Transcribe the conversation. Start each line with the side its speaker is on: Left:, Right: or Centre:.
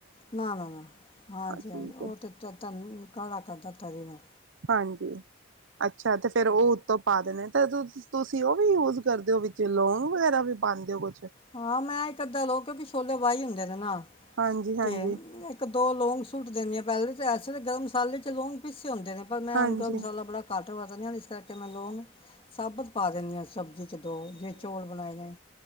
Left: ਨਾ ਨਾ ਨਾ ਹਾਂਜੀ
Right: ਠੀਕ
Left: ਹਾਂਜੀ ਉਹ
Right: ਹੈ
Left: ਤੇ ਤ ਕਾਲਾ ਕਰਦਾ ਤਰੀ ਨਾ
Right: ਹਾਂਜੀ ਅੱਛਾ ਤੇ ਫਿਰ ਉਹ ਉੱਤੋਂ ਪਾ ਦੇਣੇ ਤੇ ਤੂੰ ਤੁਸੀਂ ਉਹ ਵੀ ਯੂਜ ਕਰਦੇ ਹੋ ਵਿੱਚ ਲੌਂਗ ਵਗੈਰਾ ਵੀ ਪਾਉਂਦੇ ਹੋ ਕੁਛ
Left: ਹਾਂ ਮੈਂ ਇੱਕ ਅੱਧਾਂ ਲੋ ਕੇ ਪ ਛੋਲੇ ਵਾਈ ਹੁੰਦੇ ਨੇ ਨਾ
Right: ਹਾਂਜੀ ਹਾਂਜੀ
Left: ਤੇ ਇੱਕ ਦੋ ਲੋਂਂਗ ਸੂਟ ਦਿੰਦੀਆਂ ਪਹਿਲੇ ਅਤੇ ਐਸੇ ਤਾਂ ਗਰਮ ਮਸਾਲੇ ਚ ਲੌਂਗ ਪੀ ਹੁੰਦੇ ਨੇ ਪਰ ਮੈਂ
Right: ਹਾਂਜੀ
Left: ਮਸਾਲਾ ਬੜਾ ਘੱਟ ਵਰਤਦੀ ਹ ਜਿਸ ਕਰਕੇ ਮੈਂ ਲੋੋਂਗ ਸਾਬਤ ਪਾ ਦਿੰਦੀ ਹਾਂ ਸਬਜ਼ੀ ਦੋ ਜੇ ਚੌਲ ਬਣਾਏ ਨੇ